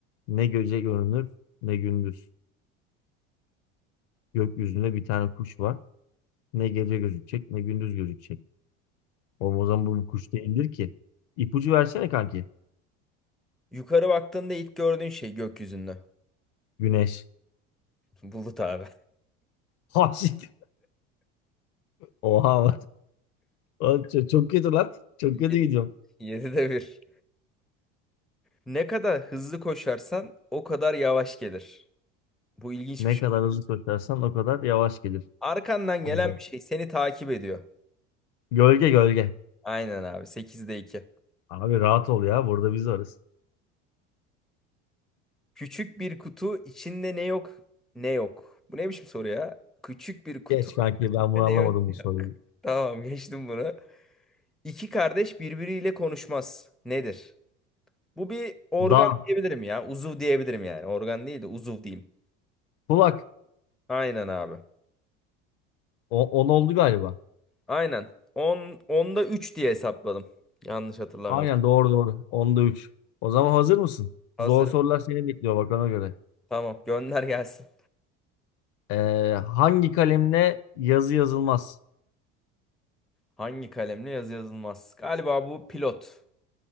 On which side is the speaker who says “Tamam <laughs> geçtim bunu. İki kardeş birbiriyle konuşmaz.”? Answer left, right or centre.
Centre